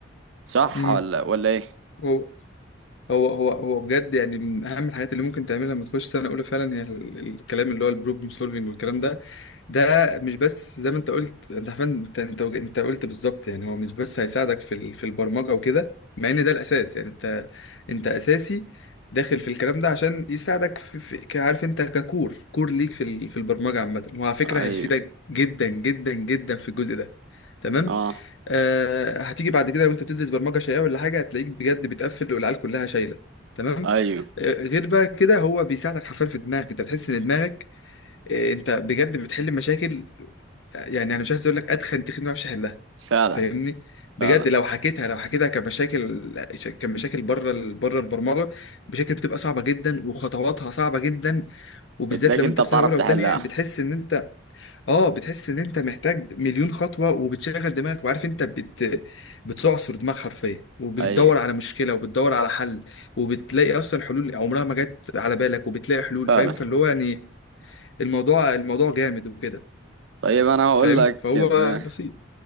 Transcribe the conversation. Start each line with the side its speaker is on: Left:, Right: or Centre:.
Right: صح
Left: مم.
Right: ولا ولا إيه؟
Left: هو هو هو هو بجد يعني من اهم الحاجات اللي ممكن تعملها لما تخش سنه اولى فعلا هي ال- الكلام اللي هو البروبلم سولفنج والكلام ده ده مش بس زي ما انت قلت انت عارفين انت انت وج- انت قلت بالظبط يعني هو مش بس هيساعدك في ال- في البرمجه وكده مع ان ده الاساس يعني انت انت اساسي داخل في الكلام ده عشان يساعدك في, في ك- عارف انت ككور كور ليك في ال- في البرمجه عامه وعلى فكره
Right: أيوه
Left: هيفيدك جدا جدا جدا في الجزء ده تمام
Right: أه
Left: آه، هتيجي بعد كده لو انت بتدرس برمجه شيئيه ولا حاجه هتلاقيك بجد بتقفل والعيال كلها شايله تمام
Right: أيوه
Left: آه، غير بقى كده هو بيساعدك حرفيا في دماغك انت بتحس ان دماغك آه، انت بجد بتحل مشاكل آه، يعني انا مش عايز اقول لك ادخن تخين ما اعرفش احلها
Right: فعلا
Left: فاهمني بجد
Right: فعلا
Left: لو حكيتها لو حكيتها كمشاكل كمشاكل بره ال- بره البرمجه مشاكل بتبقى صعبه جدا وخطواتها صعبه جدا وبالذات
Right: بتلاقي
Left: لو
Right: أنت
Left: انت
Right: بتعرف
Left: في سنه اولى
Right: تحلها
Left: وثانيه بتحس ان اه بتحس ان انت محتاج مليون خطوه وبتشغل دماغك وعارف انت بت... بتعصر دماغ حرفيا وبتدور
Right: أيوه
Left: على مشكله وبتدور على حل وبتلاقي اصلا حلول عمرها ما جت على بالك وبتلاقي حلول
Right: فعلا
Left: فاهم فاللي هو يعني الموضوع الموضوع جامد وكده
Right: طيب أنا هقول
Left: فاهم
Right: لك
Left: فهو
Right: ب...
Left: بسيط